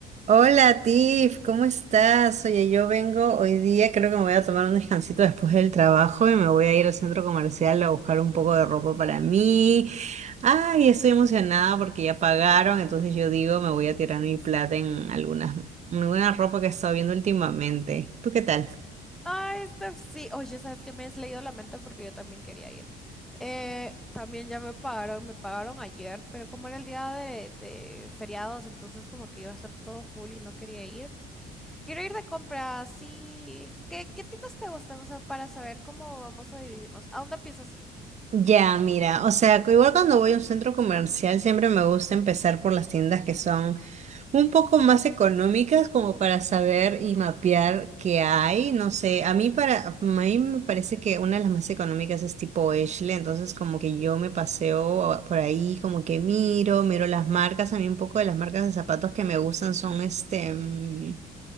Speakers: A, on the right (about 45°); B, in the centre.
A: Hola Tiff, ¿cómo estás? Oye, yo vengo hoy día, creo que me voy a tomar un descansito después del trabajo y me voy a ir al centro comercial a buscar un poco de ropa para mí. Ay, estoy emocionada porque ya pagaron, entonces yo digo, me voy a tirar mi plata en algunas, en alguna ropa que he estado viendo últimamente. ¿Tú qué tal?
B: Ay, Steph, sí. Oye, ¿sabes qué? Me has leído la mente porque yo también quería ir. Eh, también ya me pagaron, me pagaron ayer, pero como era el día de, de feriados, entonces como que iba a estar todo full y no quería ir. Quiero ir de compras, sí. ¿Qué, qué tiendas te gustan? O sea, para saber cómo vamos a dividirnos. ¿A dónde piensas ir?
A: Ya, mira, o sea, que igual cuando voy a un centro comercial siempre me gusta empezar por las tiendas que son un poco más económicas como para saber y mapear qué hay,
B: Ujú.
A: no sé, a mí para a mí me parece que una de las más económicas es tipo Ashley, entonces como que yo me paseo por ahí, como que miro, miro las marcas, a mí un poco de las marcas de zapatos que me gustan son este mm,